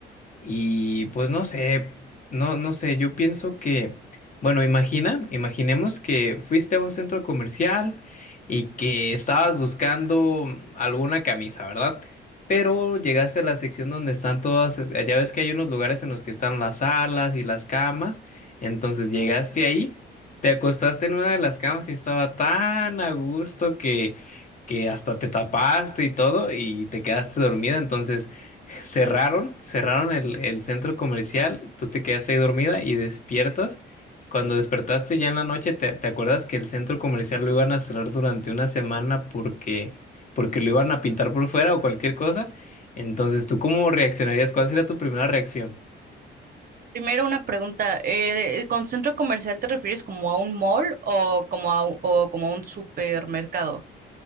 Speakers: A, on the left (about 40°); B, on the right (about 45°).
A: Y pues no sé, no, no sé, yo pienso que, bueno, imagina, imaginemos que fuiste a un centro comercial y que estabas buscando alguna camisa, ¿verdad? Pero llegaste a la sección donde están todas, eh, ya ves que hay unos lugares en los que están las salas y las camas, entonces llegaste ahí, te acostaste en una de las camas y estaba tan a gusto que, que hasta te tapaste y todo y te quedaste dormida, entonces... Cerraron, cerraron el, el centro comercial, tú te quedaste ahí dormida y despiertas. Y cuando despertaste ya en la noche, te, te acuerdas que el centro comercial lo iban a cerrar durante una semana porque, porque lo iban a pintar por fuera o cualquier cosa. Entonces, ¿tú cómo reaccionarías? ¿Cuál sería tu primera reacción?
B: Primero una pregunta, eh, ¿con centro comercial te refieres como a un mall o como a, u- o como a un supermercado?